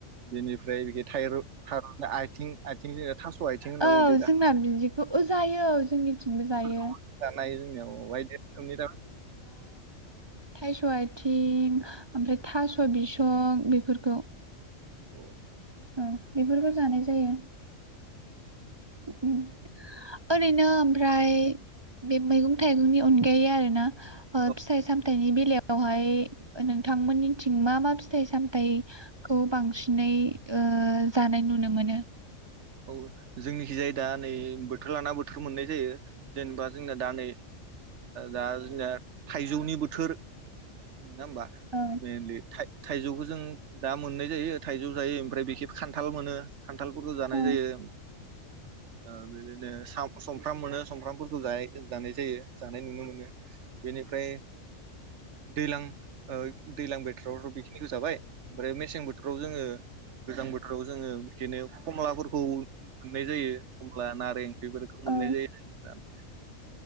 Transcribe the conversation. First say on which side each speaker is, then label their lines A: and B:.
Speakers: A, on the right (about 65°); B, on the right (about 35°).
A: बेनि फ्राय बिदि थायरु थारुन आथिं आथिं जों थास' आथिं
B: औ
A: होनना बुंडों जे
B: जोंना
A: दा
B: बिदिखौ ओ जायो औ जोंनिथिंबो जायो
A: <unintelligible> जोंनियाव बायदि रोखोमनि
B: थाइस' आथिं ओमफ्राय थास' बिस सं बेफोरखौ।
A: औ।
B: औ बेफोरखौ जानाय जायो। उम ओरैनो ओमफ्राय बे मैगं थाइगंनि अनगायै आरो ना ओ
A: औ
B: फिथाइ सामथाइनि बेलायाव यावहाय नोंथांमोननिथिं मा मा फिथाइ सामथाइ खौ बांसिनै ओ जानाय नुनो मोनो ।
A: औ, जोंनिखि जाय दा नै बोथोर लाना बोथोर मोननाय जायो। जेनेबा जोंनाया दा नै दा जोंनिया थाइजौनि बोथोर नङा होमबा?
B: औ
A: मेइनलि थाइ थाइजौखौ जों दा मोननाय जायो थायजौ जायो। ओमफ्राय बेखि खान्थाल मोनो खान्थालफोरखौ जा नाय
B: औ
A: जायो ओ बिदिनो सफ्राम मोनो सुमफ्रामफोरखौ जायो जों जानाय जायो जानाय नुनो मोनो बेनिफ्राय दैलां ओ दैलां बोथोरावथ' बेखिनिखो जाबाय ओमफ्राय मेसें बोथोराव जोङो गोजां बोथोराव जोङो बिदिनो खमलाफोरखौ मोननाय जायो ख मला नारें बेफोरखौ मोननाय
B: औ
A: जायो <unintelligible>